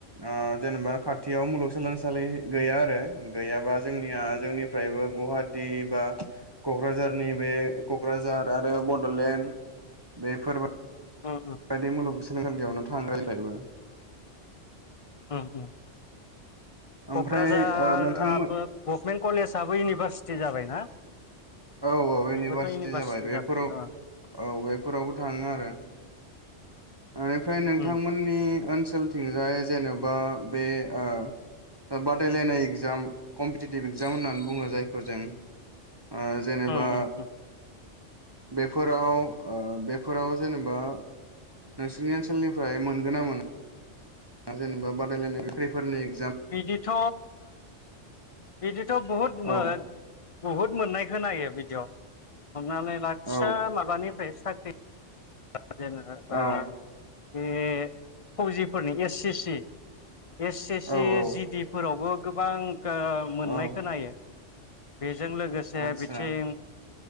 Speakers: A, on the right; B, on the left.
A: ओ जेनेबा खाथियाव मुलुगसोलोंसालि गैया आरो गैयाबा जोंनिया जोंनिफ्रायबो गुवाहाटि बा क'क्राझारनि बे क'क्राझार आरो बड'लेण्ड बेफोरबाय
B: उम
A: बायदि मुलुगसो सोलोंसालियावनो थाङो जोंनिफ्रायबो
B: उम उम
A: ओमफ्राय
B: क'क्राझाराबो
A: ओ नोंथांमोन
B: गभमेन्ट कलेजाबबो इउनिभारसिटि जाबाय। हो
A: औ औ इउनिभारसिटि
B: बेबोथ'
A: जाबाय बेफोराव
B: अ
A: औ बेफोरावबो थाङो आरो इनिफ्राय नोंथांमोननि
B: उम
A: ओनसोल ओनसोलथिंजाय जेन'बा बे ओ बादायलायनाय एग्जाम कम्पिटिटिभ इक्जाम होननानै बुङो जायखौ जों। ओ जेनेबा
B: उम उम उम
A: बेफोराव ओ बेफोराव जेनेबा नोंसोरनि ओनसोलनिफ्राय मोनगोन ना मोना जेनेबा बादायलायनाय साख्रिफोरनि इग
B: बिदिथ' बिदिथ' बुहुद मोद
A: औ
B: बुहुद मोननायखौ खोनायो बिदियाव हमनानै ला। फिसा
A: औ
B: माबानिफ्राय साख्रि जेनोबा
A: औ
B: बे फौजिफोरनि S C C S S
A: औ
B: सि
A: औ
B: जि डि फोरावबो गोबां ओ मोननाय
A: औ
B: खोनायो। बे जों लोगोसे
A: आदसा
B: बिथिं